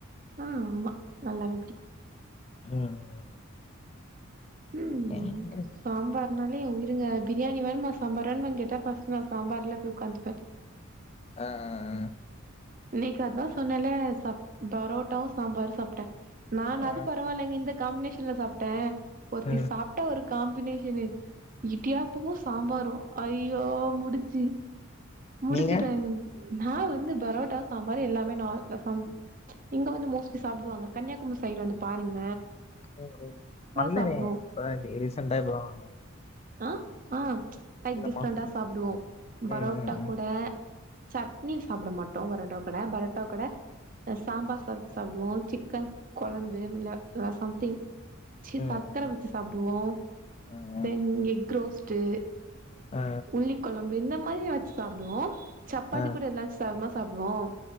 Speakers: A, on the right; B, on the left.
A: ம் ஆமா நல்லாவே புடிக்கும்
B: ம்
A: ம்
B: ஏன்துரு
A: சாம்பார்னாலே என் உயிருங்க பிரியாணி வேணுமா சாம்பார் வேண்மா கேட்டா ஃபஸ்ட் நா சாம்பார்ல போய் உக்காந்துப்பே
B: ஆ ஆ
A: இன்னைக்கு அதான் சொன்னேல சப் பரோட்டாவும் சாம்பாரும் சாப்டே நானாது
B: ஆ
A: பரவால்லைங்க இந்த காம்பினேஷன்ல சாப்ட்டே ஒருத்தி
B: ம்
A: சாப்ட்டா ஒரு காம்பினேஷனு இடியாப்பமும் சாம்பாரும் ஐயோ முடிச்சு முடிச்சுட்டாங்க
B: நீங்க
A: நா வந்து பெரோட்டா சாம்பாரு எல்லாமே நார்மலா இங்க வந்து மோஸ்ட்லி சாப்டுவாங்க கன்னியாகுமரி சைடு வந்து பாருங்க
B: ம் ம் வந்தனே
A: சாப்டுவோ
B: இப்ப தா ரீசென்ட்டா இப்ப தா வந்தே
A: ஆ ஆ லைக் டிஃப்ரெண்டா
B: மாசம் தான்.
A: சாப்டுவோம் பரோ
B: ம்
A: பரொட்டா
B: ம்
A: கூட சட்னி சாப்ட மாட்டோம் பரோட்டா கூட பரோட்டா கூட இந்த சாம்பார் சாத்து சாப்டுவோம் சிக்கன் கொழம்பு இல்ல சம்திங் சி
B: ம் ம்
A: சர்க்கர வெச்சு சாப்டுவோம்
B: ம்
A: தென் எக் ரோஸ்ட்டு
B: ஆ
A: உள்ளி கொழம்பு இந்த மாரி வெச்சு சாப்டுவோம் சப்பாத்தி
B: ஆ
A: கூட என்னா சம்மா சாப்டுவோம்